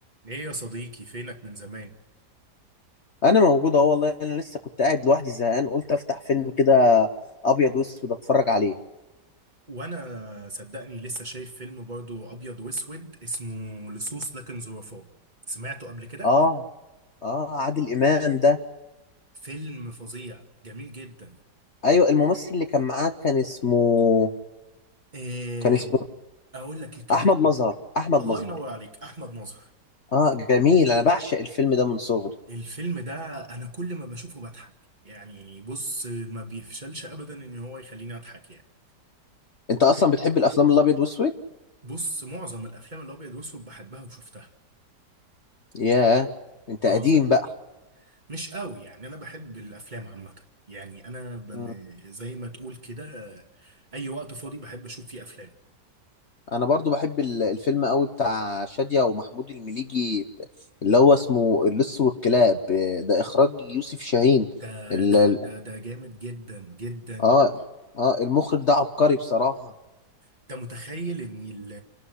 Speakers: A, on the right (about 25°); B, on the left (about 45°).
A: ايه يا صديقي فينك من زمان
B: انا موجود اهو والله انا لسه كنت قاعد لوحدي زهقان قلت افتح فيلم كده ابيض واسود اتفرج عليه
A: وانا صدقني لسه شايف فيلم برضو ابيض واسود اسمه لصوص لكن ظرفاء سمعته قبل كده
B: اه اه عادل امام ده
A: فيلم فظيع جميل جدا
B: ايوه الممثل اللي كان معاه كان اسمه
A: إيه
B: كان اسمه
A: اقول لك كانت
B: احمد مظهر احمد
A: الله
B: مظهر
A: ينور عليك احمد ناظر
B: اه جميل انا بعشق الفيلم ده من صغري
A: الفيلم ده انا كل ما بشوفه بضحك يعني بص ما بيفشلش ابدا ان هو يخليني اضحك يعني
B: انت اصلا بتحب الافلام الابيض واسود
A: بص معظم الافلام الابيض واسود بحبها وشفتها
B: ياه انت
A: اه
B: قديم
A: صدق
B: بقى
A: مش قوي يعني انا بحب الافلام عامه يعني انا بم...
B: مم.
A: زي ما تقول كده آه، اي وقت فاضي بحب اشوف فيه افلام
B: انا برضو بحب ال- الفيلم قوي بتاع شادية ومحمود المليجي اللي هو اسمه اللص والكلاب آه، ده اخراج يوسف شاهين
A: ده
B: ال-
A: ده ده ده جامد جدا جدا
B: اه اه المخرج ده عبقري بصراحة
A: انت متخيل ان ال-